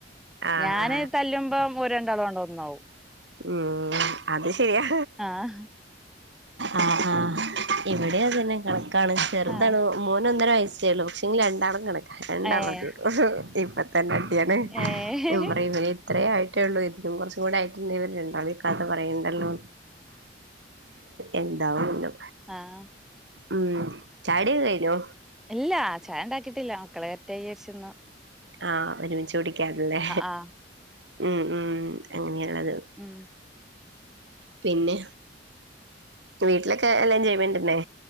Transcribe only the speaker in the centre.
ഞാന്
തല്ലുമ്പം ഓര് രണ്ടാളും ആണ്ട് ഒന്നാവും
ആഹ്
ആഹ്
ഏഹ്
ഏഹ്
ആഹ്
ഇല്ല ചായ ഉണ്ടാക്കിട്ടില്ല മക്കളെ എറ്റച്ചന്ന്
ആഹ്
ഉം